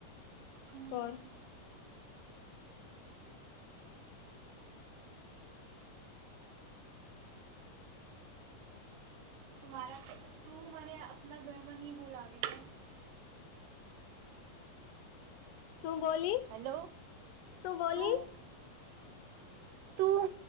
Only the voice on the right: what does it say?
હમ,
મારા તું મને આપના ઘરમાં નહી બોલાવી કે
હલો
તું <unintelligible> તું